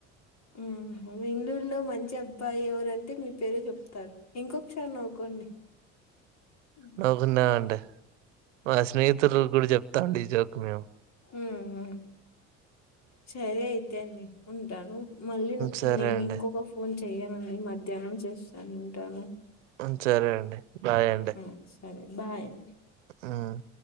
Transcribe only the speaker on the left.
మ్ బెంగళూరులో మంచి అబ్బాయి ఎవరంటే మీ పేరే చెప్తరు ఇంకొకసారి నవ్వుకోండి ఉమ్,
మ్ మ్ సరే అయితేండి ఉంటాను మళ్ళీ
నేను
ఇంకొక ఫోన్ చెయనండి మధ్యాహ్నం చేస్తాను ఉంటాను
ఆ, సరే బాయ్ అండి